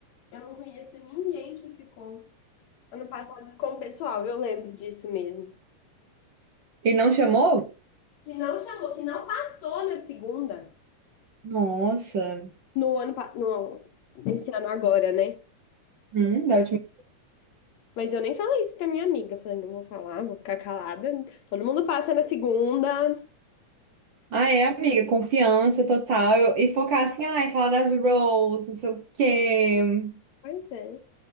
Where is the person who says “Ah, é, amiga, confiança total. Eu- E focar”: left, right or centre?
Right